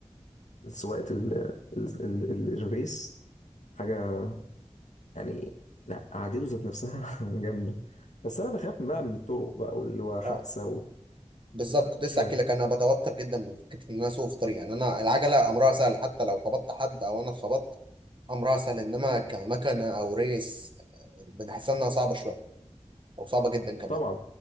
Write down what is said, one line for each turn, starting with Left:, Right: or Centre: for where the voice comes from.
Left: سواقه ال ال ال ال الريس حاجه يعني لا قعدته ذات نفسها <laughs> جامده بس انا بخاف بقى من الطرق بقى واللي هو حادثه
Right: اه بالظبط
Left: وبخاف
Right: كنت لسه احكي لك انا بتوتر جدا من فكره ان انا اسوق في طريق يعني انا العجله امرها سهل حتى لو خبطت حد او انا اتخبطت امر اسهل انما كمكنه او ريس آه، بنحسها انها صعبه شويه او صعبه جدا كمان
Left: طبعا